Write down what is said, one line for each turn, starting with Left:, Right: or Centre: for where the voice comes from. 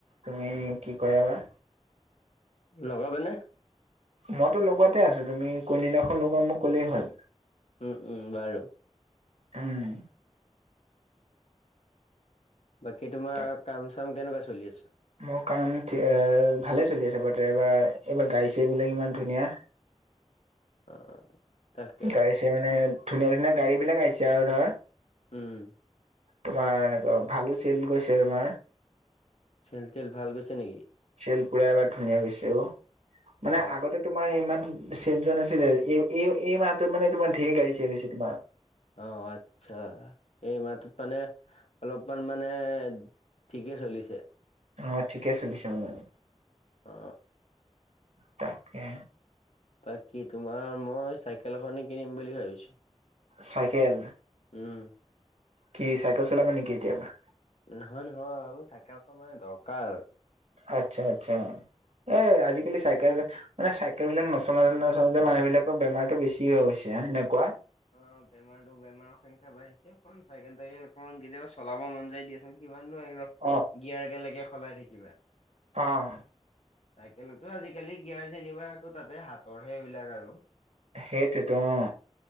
Right: তুমি কি কৰা বা।
Left: লবাগে নে?
Right: মইতো লগোৱাতে আছো তুমি কোনদিনাখন লগোৱা মোক ক'লেই হ'ল।
Left: উম উম বাৰু।
Right: উম
Left: বাকী তোমাৰ
Right: তাক
Left: কাম চাম কেনেকুৱা চলি আছে?
Right: মোৰ কাম ভালে চলি আছে বৰ্তমান ৰ'বা এইবাৰগাড়ী চাড়ী বোলে ইমান ধুনীয়া।
Left: অ তাকে
Right: গাড়ী চাড়ী মানে ধুনীয়া ধুনীয়া গাড়ী বিলাক আহিছে আৰু ধৰ।
Left: উম
Right: তোমাৰ এনেকুৱা ভালো চেল গৈছে তোমাৰ।
Left: চেল তেল ভাল গৈছে নেকি?
Right: চেল পুৰা এবাৰ ধুনীয়া গৈছে অ, মানে
Left: অ
Right: আগতে তোমাৰ ইমান চেল যোৱা নাছিলে আৰু এই এই মাহটোত মানে তোমাৰ ঢেৰ গাড়ী চেল হৈছে তোমাৰ।
Left: অ আচ্ছা এই মাহটোত মানে অলপমান মানে ঠিকে চলিছে।
Right: অ ঠিকে চলিছে মানে।
Left: অ
Right: তাকে।
Left: বাকী তোমাৰ মই চাইকেল এখনে কিনিম বুলি ভাবিছোঁ।
Right: চাইকেল
Left: উম
Right: কি চাইকেল চলাবা নেকি এতিয়াৰ পৰা?
Left: নহয় নহয় আৰু চাইকেল এখন মানে দৰকাৰ।
Right: আচ্ছা আচ্ছা এ আজিকালি চাইকেল মানে চাইকেল বিলাক নচলাই নচলাতে মানুহ বিলাকৰ বেমাৰতো বেছি হৈ গৈ হৈছে সেনেকুৱা।
Left: হয়ো দে বেমাৰটো বেমাৰ সংখ্যা বাঢ়িছে অকণ চাইকেল তাইকেল অকণমান কেতিয়াবা চলাব মন যায় দিয়াচোন কিমান নোৱাৰিব
Right: অহ
Left: গিয়াৰ একেলগে সলাই থাকিবা।
Right: অহ
Left: চাইকেলতো আজিকালি গিয়াৰ যেনিবা আকৌ তাতে হাতৰহে এইবিলাক আৰু।
Right: সেইটোৱেত অহ।